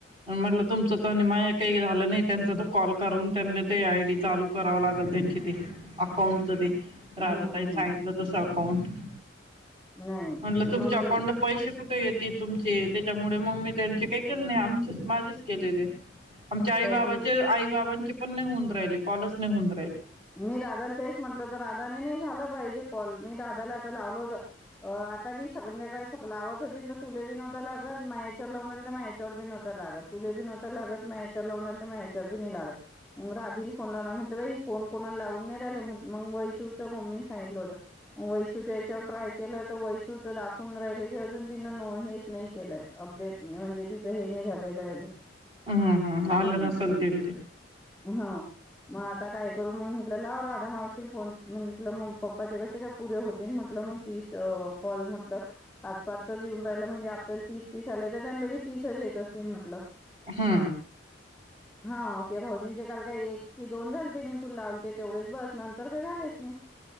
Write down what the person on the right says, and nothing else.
म्हटलं तुमचं त माय काही झालं नाही त्यांचा त कॉल करून त्यांना ते आय डी चालू कराव लागल त्यांची ते अकाउंटच ते राधा
ताईनी सांगितलं
तसं अकाउंट
म्हटलं तुमच्या
अकाउंटला पैसे कुठे येते तुमची त्याच्यामुळे मग मी त्यांचे काही केले नाही आमचेच माझेच केलेले आमच्या आई बाबाचे
आई बाबांचे पण नाही होऊन राहिले कॉल च नाही होऊन राहिले
हम्म हम्म
आलं
नसल तील ते
हा